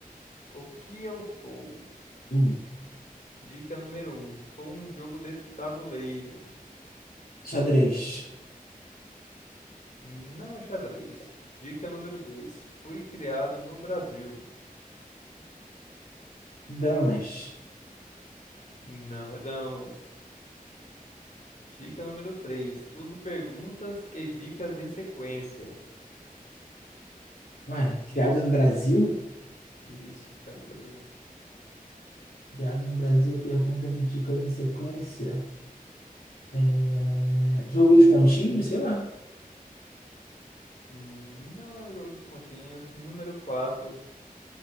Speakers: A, on the left; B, on the left.
A: O que eu sou?
B: Hum.
A: Dica número um, sou um jogo de tabuleiro.
B: Xadrez.
A: Não é xadrez. Dica número 2: Fui criado no Brasil.
B: Damas.
A: Não é damas. Dica número 3: Uso perguntas e dicas em sequência.
B: Uai, criados no Brasil?
A: Isso, criado no Brasil.
B: Criado no Brasil, perguntas e dicas em sequência. É, Jogo dos pontinhos, sei lá.
A: Não é o jogo dos pontinhos. Número 4: